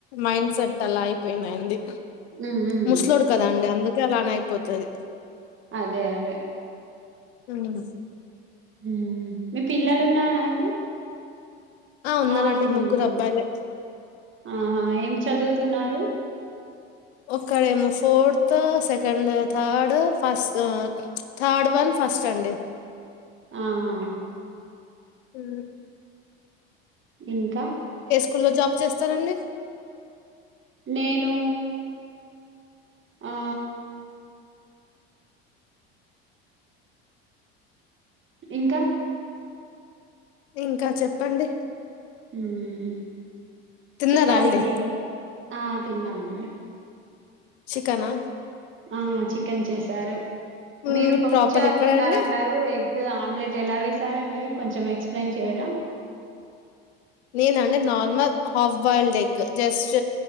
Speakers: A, on the left; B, on the right.
A: మైండ్ సెట్ అలా అయిపోయింది అండి
B: ఉమ్ ఉమ్
A: ముసలోడు కదా అండి అందుక్ ఎలానో అయిపోతది
B: అదే అదే
A: హ్మ్.
B: మ్మ్ మీ పిల్లలు ఉన్నారా అండి
A: ఉన్నారండి
B: ఆ తిన్నాను
A: ముగ్గురు అబ్బాయిలే
B: ఆహా ఏం చదువుతున్నారు
A: ఒక్కడేమో fourth second third first third one first అండి
B: ఆహా
A: హు
B: ఇంకా
A: కుల్లో జాబ్ చేస్తారండి
B: నేను ఆ ఇంకా
A: ఇంకా చెప్పండి
B: మ్మ్మ్
A: తిన్నారా
B: చెప్పాలి
A: అండి
B: మీరే ఆ తిన్నా అండి
A: చికనా
B: ఆ చికెన్ చేసారు
A: హ్మ్.
B: మీరు పప్పు
A: ప్రాపర్
B: చారు
A: ఎక్కడ
B: తిన్నారన్నారు
A: అండి
B: ఎగ్ గ్ ఆమ్లెట్ ఎలా వేసారండి కొంచెం ఎక్స్ప్లెయిన్ చెయ్యరా
A: నేనా అండి normal half boiled egg just